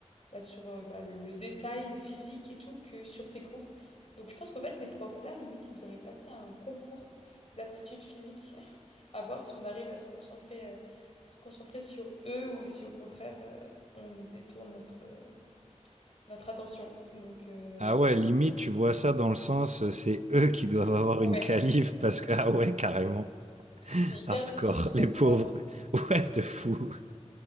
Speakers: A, on the left (about 60°); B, on the right (about 70°).
A: bah, sur euh, bah, le, le détail physique et tout que sur tes cours. Donc je pense qu'en fait, les profs là, limite, ils devraient passer un concours d'aptitude physique <laughs> à voir si on arrive à se concentrer, euh, se concentrer sur eux ou si au contraire, euh, on détourne notre, euh, notre attention. Donc euh,
B: Ah ouais, limite, tu vois ça dans le sens, euh, c'est eux qui doivent avoir
A: Ouais.
B: une calife parce que, ah ouais, carrément,
A: c'est hyper
B: hardcore,
A: discriminatoire.
B: les pauvres, <laughs> ouais, de fou,